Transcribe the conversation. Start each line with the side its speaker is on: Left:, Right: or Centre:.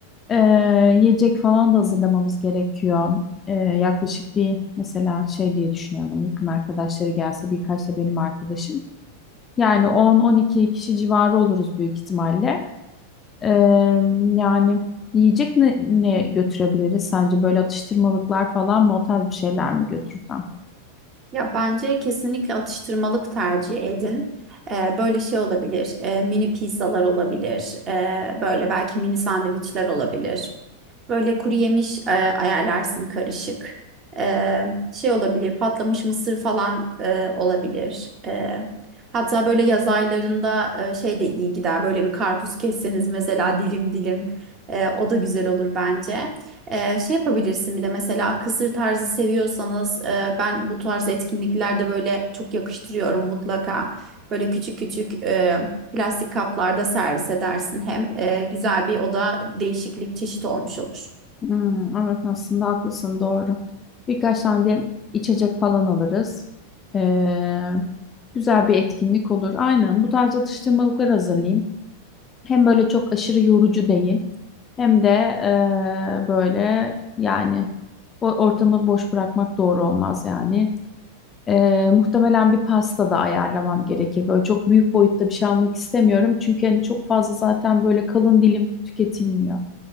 Left: E, yiyecek falan da hazırlamamız gerekiyor. E, yaklaşık bir mesela şey diye düşünüyorum. Hani yakın arkadaşları gelse birkaç da benim arkadaşım. Yani 10-12 kişi civarı oluruz büyük ihtimalle. Ee, yani yiyecek ne, ne götürebiliriz sence? Böyle atıştırmalıklar falan mı o tarz bir şeyler mi götürsem?
Right: Ya bence kesinlikle atıştırmalık tercih edin. Ee, böyle şey olabilir, e, mini pizzalar olabilir, e, böyle belki mini sandviçler olabilir. Böyle kuru yemiş e, ayarlarsın karışık. E, şey olabilir, patlamış mısır falan e, olabilir. E, hatta böyle yaz aylarında e, şey de iyi gider. Böyle bir karpuz kesseniz mesela dilim dilim. E, o da güzel olur bence. E, şey yapabilirsin bir de mesela kısır tarzı seviyorsanız e, ben bu tarz etkinliklerde böyle çok yakıştırıyorum mutlaka. Böyle küçük küçük e, Plastik kaplarda servis edersin hem e, güzel bir oda değişiklik çeşit olmuş olur.
Left: Hmm, evet aslında haklısın doğru. Birkaç tane de içecek falan alırız. Ee, güzel bir etkinlik olur. Aynen bu tarz atıştırmalıklar hazırlayayım. Hem böyle çok aşırı yorucu değil. Hem de eee, böyle yani bo- ortamı boş bırakmak doğru olmaz yani. Ee, muhtemelen bir pasta da ayarlamam gerekir. Böyle çok büyük boyutta bir şey almak istemiyorum. Çünkü hani çok fazla zaten böyle kalın dilim tüketilmiyor.